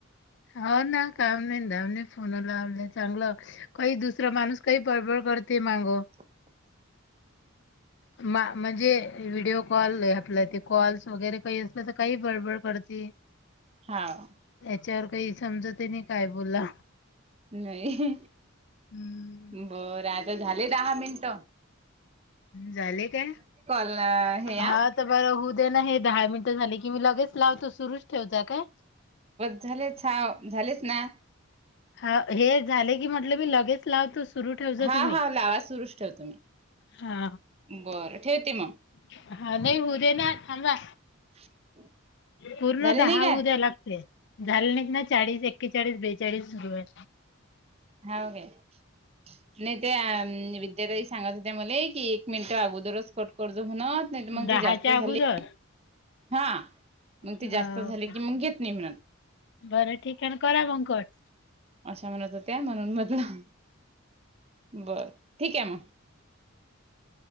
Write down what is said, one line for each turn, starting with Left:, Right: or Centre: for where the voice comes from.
Left: हा, ना काम नाही धाम नई, फोन लावल, चांगलं काही दुसरा माणूस काही बबड करते मागो.
Right: ह <unintelligible>
Left: म म्हणजे व्हडिओ कॉल आपल्या ते कॉल्स वगैरे काही असलं, तर काही बडबड करते.
Right: हा.
Left: विचारवर काही समजते नाही काय बोला.
Right: नाही
Left: हम्म
Right: बरं, आता झाले दहा मिनट.
Left: झाले काय?
Right: अ, हे
Left: हा तर बरं होऊ दे ना हे. दहा मिनिटं झाली की मी लगेच लावतो सुरुच ठेवता काय.
Right: झाले, झालेच ना.
Left: हा, हे झाले की म्हटलं मी लगेच लावतो. सुर ठेव
Right: हा
Left: तुम्ही
Right: हा लावा सुरूच ठेवतो मी
Left: हा.
Right: बरं ठेवते मग
Left: हा, नाही होऊ दे ना थांबा.
Right: <unintelligible>
Left: पूर्ण
Right: झाले
Left: दहा
Right: नाही काय
Left: होऊ द्याय लागते, झाले नाहीत ना चाळीस एके चाळीस, बेचाळीस. चाळीस सुरू हाय.
Right: हे <unintelligible> नाही ते, विद्या ताई सांगत होत्या मले, की एक मिनिट अगोदरच कट. करतो म्हणत नाहीतर मग
Left: दहाच्या
Right: ते जास्त झाले
Left: अगोदर
Right: हा, मग ते
Left: अ
Right: जास्त झाले की मग घेत नाही म्हणत.
Left: बरं ठीक आहे ना करा मग कट.
Right: अशा म्हणत हो त्या म्हणून म्हणलं बर ठीक आहे मग.